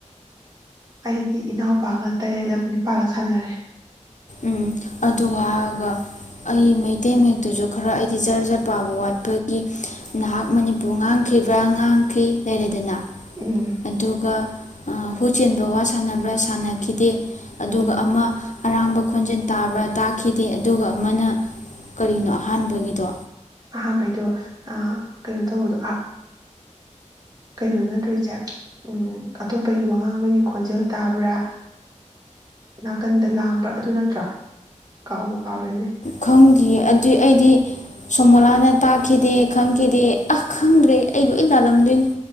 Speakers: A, on the right (about 30°); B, on the left (about 70°).
A: ꯑꯩꯗꯤ ꯏꯅꯥꯎꯄꯥꯒ ꯇꯔꯦꯠꯂꯛ ꯅꯤꯄꯥꯒ ꯁꯥꯟꯅꯔꯦ
B: ꯎꯝ ꯑꯗꯨ ꯍꯥꯏꯒ ꯑꯩ ꯃꯩꯇꯩ ꯃꯛꯇꯨꯁꯨ ꯈꯔ ꯑꯩꯗꯤ ꯖꯔ ꯖꯔ ꯄꯥꯕ ꯋꯥꯠꯄꯒꯤ ꯅꯍꯥꯛ ꯃꯅꯤꯄꯨꯔ ꯉꯥꯡꯈꯤꯕ꯭ꯔꯥ ꯉꯥꯡꯈꯤ ꯂꯩꯔꯦꯗꯅ꯫
A: ꯎꯝ
B: ꯑꯗꯨꯒ ꯍꯨ ꯆꯦꯟꯕ ꯋꯥ ꯁꯥꯟꯅꯕ꯭ꯔꯥ ꯁꯥꯟꯅꯈꯤꯗꯦ ꯑꯗꯨꯒ
A: ꯎꯝ
B: ꯑꯃ ꯑꯔꯥꯡꯕ ꯈꯣꯟꯖꯦꯜ ꯇꯥꯕ꯭ꯔꯥ ꯇꯥꯈꯤꯗꯦ ꯑꯗꯨꯒ ꯑꯃꯅ ꯀꯔꯤꯅꯣ ꯑꯍꯥꯟꯕꯒꯤꯗꯣ
A: ꯑꯍꯥꯟꯕꯩꯗꯣ ꯑꯥ ꯀꯩꯅꯣ ꯇꯧꯕꯗꯣ ꯀꯩꯅꯣ ꯅꯠꯇꯔꯣ ꯏꯆꯦ ꯑꯇꯣꯞꯄꯒꯤ ꯋꯥꯉꯥꯡꯕꯒꯤ ꯈꯣꯟꯖꯦꯜ ꯇꯥꯕ꯭ꯔꯥ ꯅꯥꯀꯟꯗ ꯂꯥꯡꯕ꯭ꯔꯥ ꯑꯗꯨ ꯅꯠꯇ꯭ꯔꯣ ꯀꯥꯎꯕꯨ ꯀꯥꯎꯔꯦꯅꯦ
B: ꯈꯪꯗꯤꯌꯦ ꯑꯗꯨꯏ ꯑꯩꯗꯤ ꯁꯣꯃꯣꯂꯥꯅ ꯇꯥꯛꯈꯤꯗꯦ ꯈꯪꯈꯤꯗꯦ ꯑꯥ ꯈꯪꯗ꯭ꯔꯦ ꯑꯩ ꯂꯣꯏ ꯂꯥꯜꯂꯝꯗꯣꯏꯅꯤ꯫